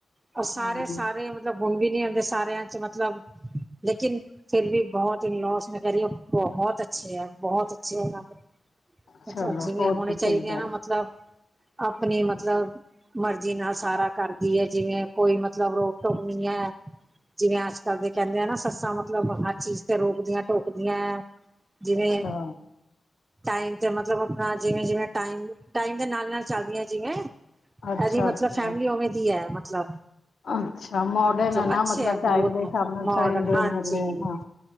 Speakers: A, on the right; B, on the left.
A: ਉਹ ਸਾਰੇ
B: ਹਾਂ
A: ਸਾਰੇ ਮਤਲਬ ਹੁਣ ਵੀ ਨੀ ਹੁੰਦੇ ਸਾਰਿਆਂ ਚ ਮਤਲਬ ਲੇਕਿਨ ਫਿਰ ਵੀ ਬੋਹਤ ਇਨ ਲੋੌਸ ਮੈਂ ਕ ਰਹੀ ਵਾਂ- ਬੋਹਤ ਅੱਛੇ ਆ, ਬੋਹਤ ਅੱਛੇ ਆ ਇਨਾਂ ਦੇ
B: ਚਲੋ
A: ਮਤਲਬ ਜਿਵੇਂ
B: ਹੋਰ
A: ਹੋਣੇ
B: ਕੀ ਚਾਹੀਦਾ
A: ਚਾਹੀਦੇ ਆ ਨਾ
B: ਹੈ।
A: ਮਤਲਬ ਆਪਨੇ ਮਤਲਬ ਮਰਜ਼ੀ ਨਾਲ ਸਾਰਾ ਕਰਦੀ ਹੈ ਜਿਵੇਂ ਕੋਈ ਮਤਲਬ ਰੋਕ ਟੋਕ ਨੀ ਅ ਜਿਵੇਂ ਅੱਜ ਕੱਲ ਦੇ ਕਹਿੰਦੇ ਆ ਨਾ ਸੱਸਾਂ ਮਤਲਬ ਹਰ ਚੀਜ਼ ਤੇ ਰੋਕਦੀਆਂ ਟੋਕਦੀਆਂ ਜਿਵੇਂ
B: ਅੱਛਾ
A: ਟਾਈਮ ਤੇ ਮਤਲਬ ਆਪਣਾ ਜਿਵੇਂ ਜਿਵੇਂ ਟਾਈਮ ਟਾਈਮ ਦੇ ਨਾਲ ਨਾਲ ਚੱਲਦੀਆਂ ਜਿਵੇਂ ਏਹਦੀ
B: ਅੱਛਾ
A: ਮਤਲਬ
B: ਅੱਛਾ
A: ਫੈਮਿਲੀ ਉਵੇਂ ਦੀ ਹੈ ਮਤਲਬ
B: ਅੱਛਾ ਮੋਡਰਨ
A: ਜਬ
B: ਹੈ ਨਾ
A: ਅੱਛੇ
B: ਮਤਲਬ
A: ਹੈ
B: ਟਾਈਮ
A: ਬਹੁਤ
B: ਦੇ ਹਿਸਾਬ
A: ਮਤਲਬ
B: ਨਾਲ ਚੇਂਜ
A: ਮੋਡਨ
B: ਹੋਣ
A: ਹਾਂਜੀ
B: ਵਾਲੇ ਹਾਂ